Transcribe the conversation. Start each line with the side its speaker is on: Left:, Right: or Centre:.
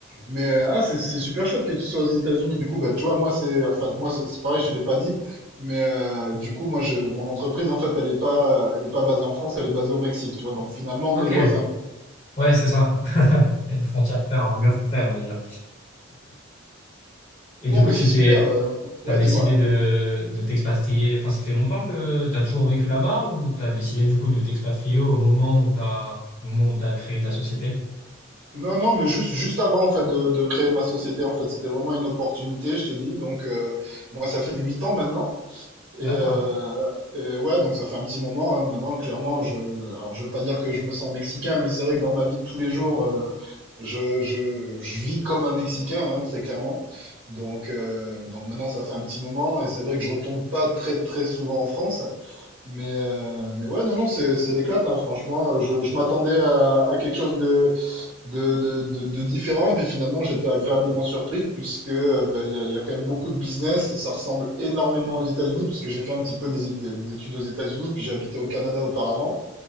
Right: Mais euh, ah, c'est c'est super chouette que tu sois aux États-Unis. Du coup, bah, tu vois, moi, c'est enfin, moi, c'est c'est pareil, je te l'ai pas dit. Mais euh, du coup, moi, je, mon entreprise, en fait, elle est pas, elle est pas basée en France, elle est basée au Mexique, tu vois. Donc finalement, on
Left: Ok,
Right: est voisins.
Left: ouais, c'est ça. C'est une frontière claire, un mur clair, on va dire. Et
Right: Non,
Left: du
Right: mais
Left: coup, tu
Right: c'est super.
Left: t'es
Right: euh.
Left: T'as
Right: Ouais,
Left: décidé
Right: dis-moi.
Left: de, de t'expatrier, enfin ça fait longtemps que t'as toujours vécu là-bas ou t'as décidé du coup de t'expatrier au moment où t'as, au moment où t'as créé ta société?
Right: Non, non, mais juste, juste avant, en fait, de, de créer ma société, en fait, c'était vraiment une opportunité, je te dis. Donc, euh, moi, ça fait huit ans maintenant. Et,
Left: D'accord,
Right: euh, et ouais, donc ça fait un petit moment, hein. Maintenant, clairement, je, alors je veux pas dire que je me sens mexicain, mais c'est vrai que dans ma vie de tous les jours, euh, je, je, je vis comme un Mexicain, hein, très clairement. Donc, euh, donc maintenant, ça fait un petit moment, et c'est vrai que je retourne pas très très souvent en France, mais, euh, mais ouais, non, non, c'est c'est l'éclate, hein, franchement. Je, je m'attendais à, à quelque chose de, de, de, de, de différents. Puis finalement, j'étais agréablement surpris puisque euh, ben, il y a, il y a quand même beaucoup de business. Ça ressemble énormément aux États-Unis parce que j'ai fait un petit peu des, des- d'études aux États-Unis, puis j'habitais au Canada auparavant.